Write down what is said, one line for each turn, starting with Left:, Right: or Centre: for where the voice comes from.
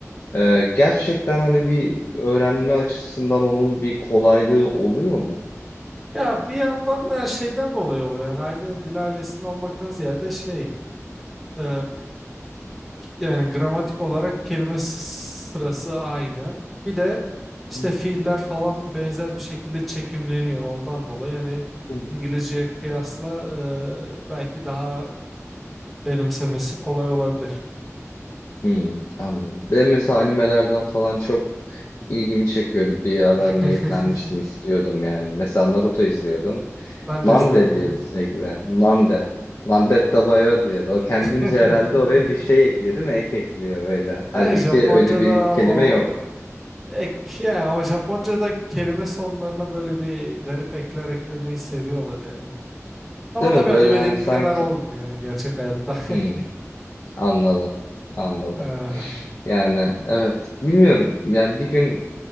Left: Ee, gerçekten hani bir öğrenme açısından onun bir kolaylığı oluyor mu?
Centre: Ya bir yandan da şeyden dolayı oluyor yani aynı dil ailesinin olmaktan ziyade şey e, yani gramatik olarak kelime s- sırası aynı. Bir de işte
Left: Hı hı.
Centre: fiiller falan benzer bir şekilde çekimleniyor ondan dolayı yani
Left: Hı hı.
Centre: İngilizceye kıyasla e, belki daha benimsemesi kolay olabilir.
Left: Hmm, anladım. Ben mesela animelerden falan çok ilgimi çekiyordu. Bir ara
Centre: <laughs>
Left: niyetlenmiştim, istiyordum yani. Mesela Naruto izliyordum.
Centre: Ben
Left: Nande
Centre: de izliyordum
Left: diyordu
Centre: onu.
Left: sürekli. Nande. Nandetta Bayo diyordu. O kendince
Centre: <laughs>
Left: herhalde oraya bir şey ekliyor değil mi? Ek ekliyor böyle.
Centre: E,
Left: Halbuki
Centre: Japonca'da
Left: öyle bir kelime
Centre: o
Left: yok.
Centre: ek ya o Japonca'da kelime sonlarına böyle bir garip ekler eklemeyi seviyorlar yani. Ama
Left: Değil
Centre: tabii
Left: mi? Böyle
Centre: animedeki
Left: hani sanki...
Centre: kadar olmuyor yani gerçek hayatta.
Left: Hmm.
Centre: <laughs>
Left: Anladım. Anladım.
Centre: Ee,
Left: Yani evet bilmiyorum. Yani bir gün